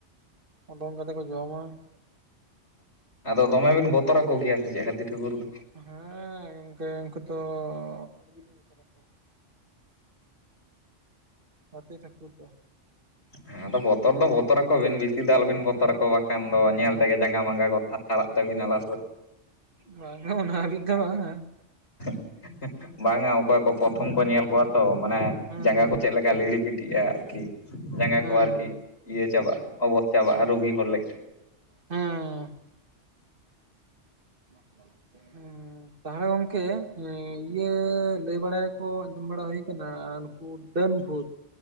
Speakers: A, on the right (about 45°); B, on the left (about 60°).
A: ᱳᱰᱳᱝ ᱠᱟᱛᱮ ᱠᱚ ᱡᱚᱢᱟ ᱾
B: ᱟᱫᱚ ᱫᱚᱢᱮ ᱵᱤᱱ ᱵᱚᱛᱚᱨ ᱟᱠᱚᱜᱮᱭᱟ ᱥᱮ ᱪᱮᱜ ᱦᱟᱹᱛᱤ ᱴᱷᱟᱹᱠᱩᱨ ᱫᱚ?
A: ᱦᱮᱸᱻ ᱜᱚᱝᱠᱮ ᱩᱝᱠᱩ ᱛᱚᱻ <inaudible> ᱦᱟᱹᱛᱤ ᱴᱷᱟᱹᱠᱩᱨ ᱫᱚ!
B: ᱦᱮᱸ, ᱟᱫᱚ ᱵᱚᱛᱚᱨ ᱫᱚ ᱵᱚᱛᱚᱨ ᱟᱠᱚ ᱵᱤᱱ ᱵᱤᱥᱤ ᱫᱚ ᱟᱞᱚ ᱵᱤᱱ ᱵᱚᱛᱚᱨ ᱟᱠᱚᱣᱟ ᱵᱟᱠᱷᱟᱱ ᱫᱚ ᱧᱮᱞ ᱛᱮᱜᱮ ᱡᱟᱸᱜᱟ ᱢᱟᱸᱜᱟ ᱠᱚ ᱛᱷᱟᱨ ᱛᱷᱟᱨᱟᱜ ᱛᱟᱹᱵᱤᱱᱟ <unintelligible>
A: ᱵᱟᱝ-ᱟ ᱩᱱᱟᱹᱜ ᱦᱟᱹᱵᱤᱡ ᱫᱚ ᱵᱟᱝ-ᱟ ᱾
B: <inaudible> ᱵᱟᱝ-ᱟ ᱚᱠᱚᱭ ᱠᱚ ᱯᱨᱚᱛᱷᱚᱢ ᱠᱚ ᱧᱮᱞ ᱠᱚᱣᱟ ᱛᱚ ᱢᱟᱱᱮ
A: ᱦᱩᱸ
B: ᱡᱟᱸᱜᱟ
A: ᱦᱩᱸ
B: ᱠᱚ ᱪᱮᱫ ᱞᱮᱠᱟ ᱞᱤᱲᱤᱯᱤᱴᱤᱜᱼᱟ ᱟᱨᱠᱤ ᱾ ᱡᱟᱸᱜᱟ
A: ᱦᱩᱸ
B: ᱠᱚ ᱟᱨᱠᱤ
A: ᱦᱩᱸ
B: ᱤᱭᱟᱹ ᱪᱟᱵᱟᱜᱼᱟ ᱚᱵᱚᱥ ᱪᱟᱵᱟᱜᱼᱟ ᱨᱩᱜᱤ ᱦᱚᱲ ᱞᱮᱠᱟ ᱾
A: ᱦᱩᱸ ᱦᱮᱸ ᱾ ᱦᱩᱸ, ᱛᱟᱦᱚᱲᱮ ᱜᱚᱝᱠᱮ ᱤᱭᱟᱹᱻ ᱞᱟᱹᱭ ᱵᱟᱲᱟᱭᱟᱠᱚ ᱟᱸᱡᱚᱢ ᱵᱟᱲᱟ ᱦᱩᱭ ᱠᱟᱱᱟ ᱱᱩᱠᱩ ᱰᱟᱹᱱ ᱵᱷᱩᱛ